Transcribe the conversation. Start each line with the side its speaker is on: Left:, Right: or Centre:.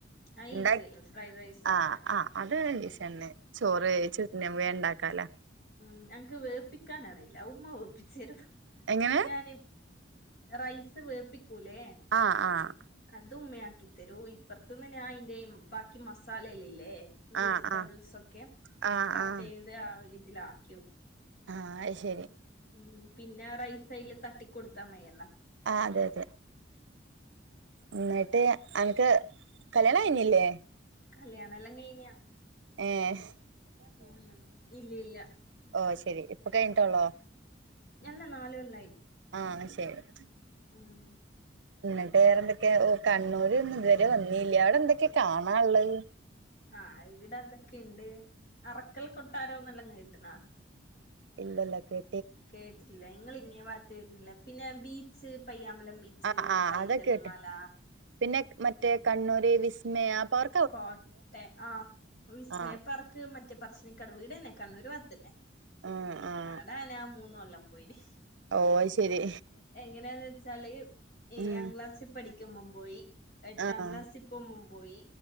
Left: അയ്
Right: ഇണ്ടാ
Left: ഈ സിയല്ലേ ഫ്രൈഡ് റൈസാക്കാൻ
Right: ആഹ് ആഹ് അത് ഈസിഎന്നെ ചോറ് വേവിച്ച് വേം ഇണ്ടാകാലോ
Left: ഉം എൻക്ക് വേവിപ്പിക്കാനറിയില്ല ഉമ്മ വേവിപ്പിച്ചെരും.
Right: എങ്ങനെ
Left: ഞാന് റൈസ് വേവിപ്പിക്കൂല്ലേ
Right: ആഹ് ആഹ്
Left: അത് ഉമ്മയാക്കി തരൂ ഇപ്പറത്ത്ന്ന് അയിൻ്റെ ബാക്കി മസാലല്ല ഇല്ലേ വെജിറ്റബിൾസ്
Right: ആഹ് ആഹ്
Left: ഒക്കെ
Right: ആഹ്
Left: കട്ട്
Right: ആഹ്
Left: ചെയ്ത് ആ ഒര് ഇതിലാക്കി വെക്കു
Right: ആ അയ് ശരി
Left: ഉം പിന്നെ റൈസൈയില് തട്ടികോടുത്താ മതിന്നാ
Right: ആ അതെ അതെ എന്നിട്ട് അൻക്ക് കല്യാണം കഴിഞ്ഞില്ലേ?
Left: കല്യാണെല്ലാം കഴിഞ്ഞാ?
Right: ഏഹ്
Left: ഉം ഇല്യ ല്ല
Right: ഓഹ് ശെരി ഇപ്പൊ കഴിഞ്ഞിട്ടോള്ളോ?
Left: അല്ല നാല് കൊല്ലായി.
Right: ആഹ് അയ് ശെറ്റ്
Left: ഉം
Right: ന്നട്ട് വേറെന്തെക്കെ ഓഹ് കണ്ണൂരൊന്നും ഇത് വരെ വന്നില്ല അവടെ എന്തെക്കെ കാണാള്ളത്.
Left: ആഹ് ഈടെന്തെക്കെണ്ട് അറക്കൽ കൊട്ടാരം ന്നൊല്ലാം കേട്ട്ണാ.
Right: ഇല്ലല്ല കേ
Left: കേട്ടില്ല ഇങ്ങളിങ്ങേ വാത്തേര്ന്നില്ല പിന്നെ ബീച്ച് പയ്യാമ്പലം ബീ ച്ച്
Right: ആ ആ
Left: പൈതൽ
Right: അതൊക്കെ കേട്ട്
Left: മല
Right: പിന്നെ ക് മറ്റേ കണ്ണൂര് വിസ്മയ പർ
Left: കോട്ടേ ആഹ് വിസ്മയ
Right: ആഹ്
Left: പാർക്ക് മറ്റേ പറശിനിക്കടവ് ഇടെന്നെ കണ്ണൂര്ഭാഗത്തെന്നെ
Right: ആഹ് ആഹ്
Left: ആടാനാ മൂന് കൊല്ലം പോയിനി.
Right: ഓ അത് ശരി
Left: എങ്ങനേന്ന് വെച്ചാല് ഏഴാം
Right: ഉം
Left: ക്ലാസി പഠിക്കുമ്പോം പോയി എട്ടാം
Right: ആഹ്
Left: ക്ലാസിപ്പം <unintelligible> പോയി.